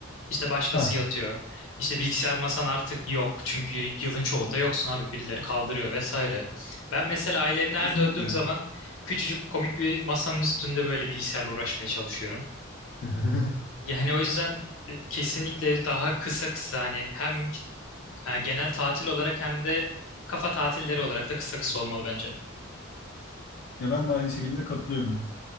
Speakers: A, on the left; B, on the left.
A: İşte başkası
B: Heh.
A: yatıyor. İşte bilgisayar masan artık yok. Çünkü yılın çoğunda yoksun abi. Birileri kaldırıyor vesaire. Ben mesela aile evine her
B: Kesinlikle.
A: döndüğüm zaman küçücük komik bir masanın üstünde böyle bilgisayarla uğraşmaya çalışıyorum.
B: <laughs>
A: Yani o yüzden e, kesinlikle daha kısa kısa hani hem e, genel tatil olarak hem de kafa tatilleri olarak da kısa kısa olmalı bence.
B: Ya ben de aynı şekilde katılıyorum.